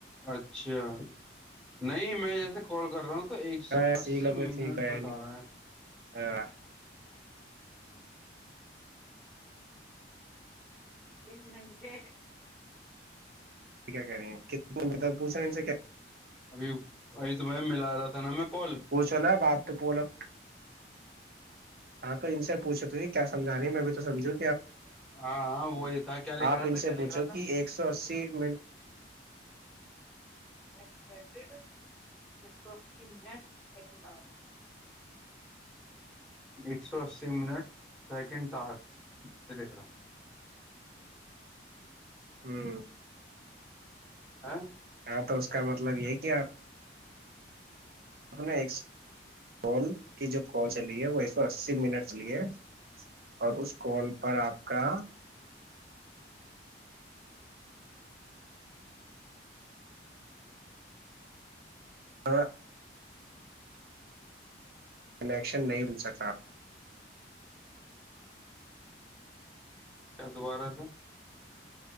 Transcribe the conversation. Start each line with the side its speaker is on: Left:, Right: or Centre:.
Centre: اچھا نہیں میں جیسے کال کر رہا ہوں تو ایک سو
Right: ہاں
Centre: اسی
Right: س لوگ
Centre: منٹ
Right: سر
Centre: بتا رہا ہے
Right: ہاں
Centre: دین ننے
Right: کیا کہہ رہ ہیں بتا پوچھا ان سے کیا
Centre: ابھی ابھی تو میں ملا رہا تھا نا میں کال
Right: پوچھو نا ب آات تو بولو ہاں تو ان سے پوچھ کیامھ رہے ہیں میں بھی تو سجھوں
Centre: ہاں ہاں وہی تھا کیا لکھ
Right: آپ
Centre: رہا
Right: ان
Centre: تھا
Right: سے
Centre: کیا
Right: پوچھو
Centre: لکھ رہا تھا
Right: کہ ایک سو اسی منٹ
Centre: ایک سو اس نٹ ایکس ایک سو اسی منٹ سیکنڈ ت ڈلیے گ
Right: ہوں
Centre: ہاں
Right: ہاں تو اس کا مطلب یہ کہ آپ آپ نے ایک کال کی جو کال چلی ہے وہ ایک سو اسی منٹ چلی ہے اور اس کال پر آپ کا ہاں کنیکشن نہیں مل سکا
Centre: کیا دوبارہ سے